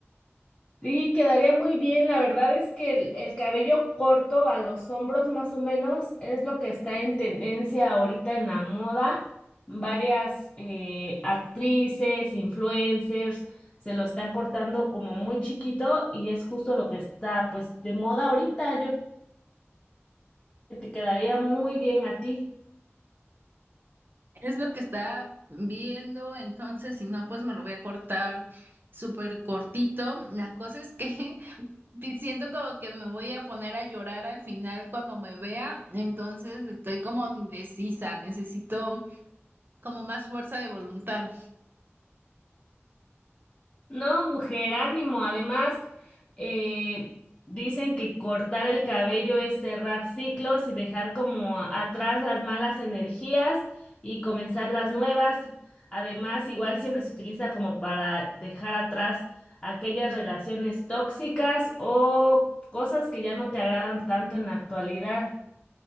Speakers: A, on the left; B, on the right.
A: Sí, quedaría muy bien. La verdad es que el, el cabello corto a los hombros más o menos es lo que está en tendencia ahorita en la moda. Varias eh, actrices, influencers se lo están cortando como muy chiquito y es justo lo que está pues de moda ahorita. Yo que te quedaría muy bien a ti.
B: Es lo que está viendo, entonces si no, pues me lo voy a cortar súper cortito. La cosa es que... <laughs> Sí, Siento como que me voy a poner a llorar al final cuando me vea, entonces estoy como indecisa, necesito como más fuerza de voluntad.
A: No, mujer, ánimo. Además, eh, dicen que cortar el cabello es cerrar ciclos y dejar como a- atrás las malas energías y comenzar las nuevas. Además, igual siempre se utiliza como para dejar atrás aquellas relaciones tóxicas o cosas que ya no te agradan tanto en la actualidad.